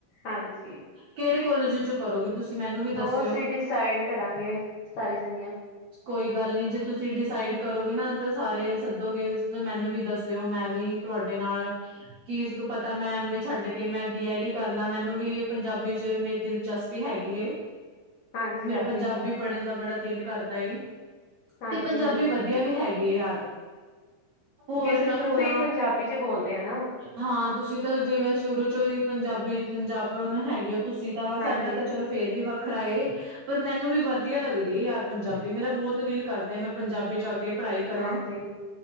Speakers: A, on the left (about 60°); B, on the right (about 70°).
A: ਹਾਂਜੀ
B: ਕੇੜੇ ਕੋਲਜ ਚੋਂ ਕਰੋਗੇ ਤੁਸੀਂ ਮੈਨੂੰ ਵੀ ਦੱਸਿਓ।
A: ਓ ਅਸੀਂ ਡਿਸਾਈਡ ਕਰਾਂਗੇ ਸਾਰੀ ਜਨੀਆਂ
B: ਕੋਈ ਗੱਲ ਨੀ ਜੇ ਤੁਸੀਂ ਡਿਸਾਈਡ ਕਰੋਗੇ ਨਾ ਤੇ ਸਾਰੇ ਸੱਦੋਗੇ ਮੈਨੂੰ ਵੀ ਦੱਸਿਓ ਮੈਂ ਵੀ ਤੁਹਾਡੇ ਨਾਲ ਕੀ ਪਤਾ ਮੈਂ ਐਮ ਏ ਛੱਡ ਕੇ ਮੈਂ ਬੀ ਐਡ ਕਰ ਲਾਂ ਮੈਨੂੰ ਵੀ ਪੰਜਾਬੀ 'ਚ ਮੇਰੀ ਦਿਲਚਸਪ ਵੀ ਹੈਗੀ ਏ
A: ਹਾਂਜੀ
B: ਮੇਰਾ
A: ਹਾਂਜੀ
B: ਪੰਜਾਬੀ ਪੜ੍ਹਨ ਦਾ ਬੜਾ ਦਿਲ ਕਰਦਾ ਏ।
A: ਹਾਂਜੀ
B: ਤੇ ਪੰਜਾਬੀ
A: ਹਾਂਜੀ
B: ਵਧੀਆ ਵੀ ਹੈਗੀ ਏ ਯਾਰ ਹੋਰ
A: ਕਿਉਂਕਿ ਅਸੀਂ
B: ਨਾ
A: ਸ਼ੁਰੂ
B: ਹੋਰਾਂ
A: ਤੋਂ ਹੀ ਪੰਜਾਬੀ 'ਚ ਬੋਲਦੇ ਆਂ ਨਾ।
B: ਹਾਂ ਤੁਸੀਂ ਤਾਂ ਜਿਵੇਂ ਸ਼ੁਰੂ ਚੋਂ ਹੀ ਪੰਜਾਬੀ ਪੰਜਾਬਣ ਹੈਗੇ ਹੋ ਤੁਸੀਂ ਤਾਂ
A: ਹਾਂਜੀ
B: ਸਾਡਾ ਤਾਂ ਚਲੋ। ਫੇਰ ਵੀ ਵੱਖਰਾ ਏ ਪਰ ਮੈਨੂੰ ਵੀ ਵਧੀਆ ਲੱਗਦੀ ਯਾਰ ਪੰਜਾਬੀ ਮੇਰਾ ਬੋਤ ਦਿਲ ਕਰਦਾ ਮੈਂ ਪੰਜਾਬੀ 'ਚ ਆ ਕੇ ਪੜ੍ਹਾਈ ਕਰਾਂ।
A: ਹਾਂਜੀ